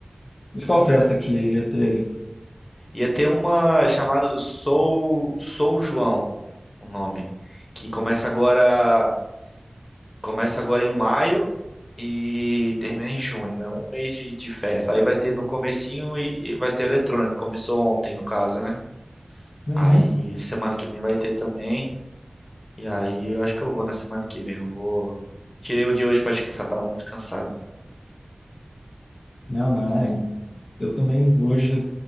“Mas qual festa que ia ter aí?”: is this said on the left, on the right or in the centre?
Left